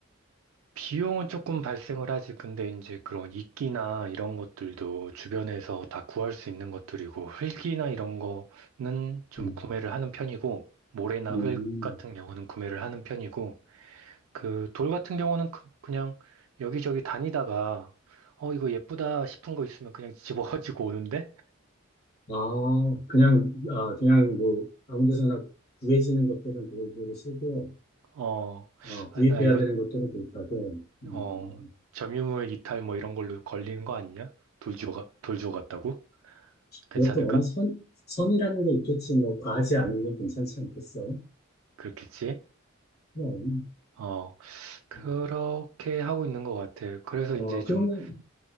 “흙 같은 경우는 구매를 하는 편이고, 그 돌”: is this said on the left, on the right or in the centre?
Right